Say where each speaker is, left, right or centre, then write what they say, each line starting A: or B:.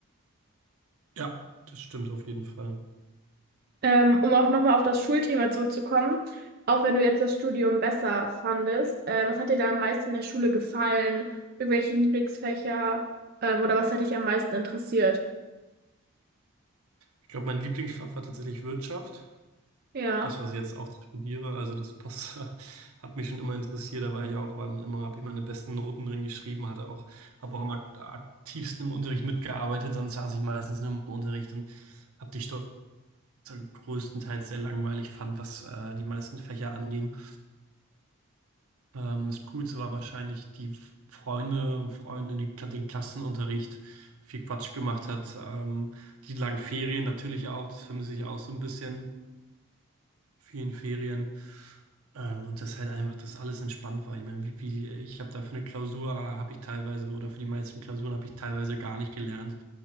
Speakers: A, on the right; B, on the right.
A: ja, das stimmt auf jeden Fall.
B: Ähm, um auch nochmal auf das Schulthema zurückzukommen, auch wenn du jetzt das Studium besser fandest, äh, was hat dir da am meisten in der Schule gefallen? Irgendwelche Lieblingsfächer, ähm, oder was hat dich am meisten interessiert?
A: Ich glaube, mein Lieblingsfach war tatsächlich Wirtschaft.
B: Ja,
A: Das, was ich jetzt auch studiere, also das passt, <laughs> hat mich schon immer interessiert. Da war ich auch, wann immer habe ich meine besten Noten drin geschrieben, hatte auch, habe auch am ak- aktivsten im Unterricht mitgearbeitet. Sonst saß ich meistens nur im Unterricht und habe die Stoff größtenteils sehr langweilig fand, was äh, die meisten Fächer anging. Ähm, das Coolste war wahrscheinlich die Freunde, Freunde, die Kla- den Klassenunterricht viel Quatsch gemacht hat. Ähm, die langen Ferien natürlich auch, das vermisse ich auch so ein bisschen. vielen Ferien. Ähm, und dass halt einfach das alles entspannt war. Ich meine, wie, wie, ich habe da für eine Klausur habe ich teilweise oder für die meisten Klausuren habe ich teilweise gar nicht gelernt